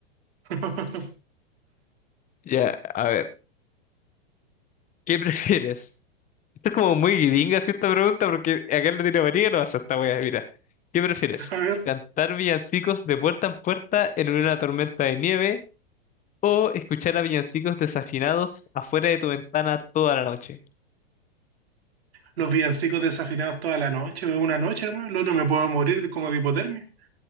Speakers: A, on the right; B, on the left.
A: <laughs>
B: Ya, a ver, ¿qué <laughs> prefieres? Esto es como muy guidinga, así, esta pregunta, porque acá en Latinoamérica no pasa esta weá, mira. ¿Qué prefieres?
A: A ver,
B: ¿Cantar villancicos de puerta en puerta en una tormenta de nieve o escuchar a villancicos desafinados afuera de tu ventana toda la noche?
A: los villancicos desafinados toda la noche, veo una noche, hermano. El no me puedo morir de- como de hipotermia.